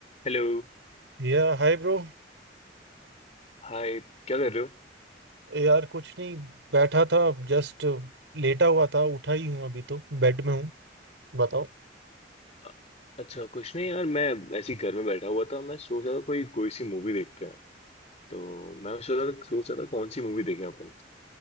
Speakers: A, on the left; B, on the right.
A: Hello
B: या hi bro
A: Hi क्या कर रहे हो
B: यार कुछ नहीं बैठा था जस्ट लेटा हुआ था उठा ही हूँ अभी तो बेड में हूँ बताओ
A: अ- अच्छा कुछ नहीं यार मैं ऐसे ही घर में बैठा हुआ था मैं सोच रहा था कोई कोई सी मूवी देखते हैं तो मैं सोच रहा था सोच रहा था कौन सी मूवी देखें अपन